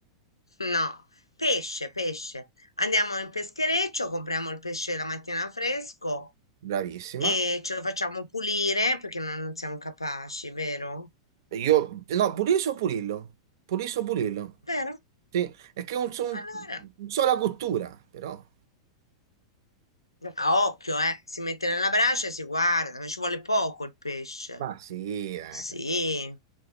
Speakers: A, on the left; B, on the right.
A: No, pesce, pesce. Andiamo in peschereccio, compriamo il pesce la mattina fresco
B: Bravissima.
A: e ce lo facciamo pulire perché noi non siamo capaci, vero?
B: Io... No, Puliso o Purillo? Puliso o Purillo?
A: Vero?
B: Sì, è che è un, so- un-
A: Allora,
B: un sola cottura, però.
A: a occhio, eh, si mette nella brace e si guarda, ma ci vuole poco il pesce.
B: Ma sì, eh,
A: Sì,